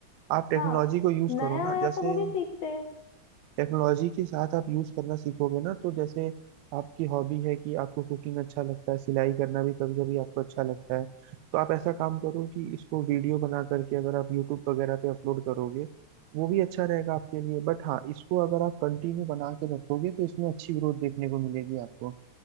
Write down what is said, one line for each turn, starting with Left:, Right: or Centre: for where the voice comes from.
Right: आप टेक्नोलॉजी
Left: हाँ
Right: को यूज
Left: नया
Right: करो ना
Left: आया
Right: जैसे
Left: तो वो भी सीखते हैं
Right: टेक्नोलॉजी के साथ आप यूज करना सीखोगे ना तो जैसे आपकी हॉबी है कि आपको कुकिंग अच्छा लगता है सिलाई करना भी कभी कभी आपको अच्छा लगता है तो आप ऐसा काम करो कि इसको वीडियो बना करके अगर आप यूट्यूब वगैरह पे अपलोड करोगे वो भी अच्छा रहेगा आपके लिए बट हाँ इसको अगर आप कंटिन्यू बना के रखोगे तो इसमें अच्छी ग्रोथ देखने को मिलेगी आपको